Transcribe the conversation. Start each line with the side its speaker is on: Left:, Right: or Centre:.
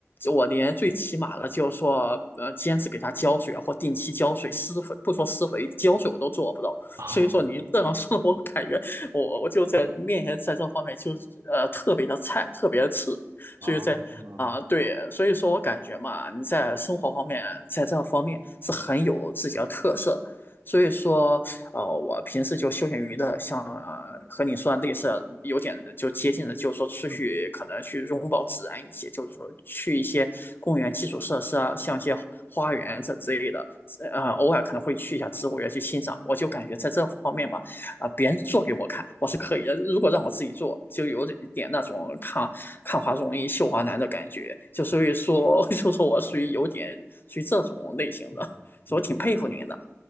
Left: 我连最起码的，就是说，呃，坚持给它浇水啊或定期浇水、施肥，不说施肥，浇水我都做不到。
Right: <laughs> 哦
Left: 所以说，您这样说，我感觉我我就在面前在这方面就呃特别的菜，特别的次。
Right: 哦，
Left: 所以在啊，
Right: 嗯
Left: 对，所以说我感觉嘛，你在生活方面，在这方面是很有自己的特色。所以说，呃，我平时就休闲娱乐，像呃和你说的类似，有点就接近的，就是说出去可能去拥抱自然一些，
Right: 嗯
Left: 就是说去一些公园基础设施啊，像一些花园这之类的，呃，偶尔可能会去一下植物园去欣赏。我就感觉在这方面吧，啊、呃别人做给我看，我是可以的。如果让我自己做，就有点那种看看花容易绣华难的感觉，就所以说，<laughs> 就说我属于有点属于这种类型的，
Right: 嗯。
Left: 所以我挺佩服您的。
Right: 明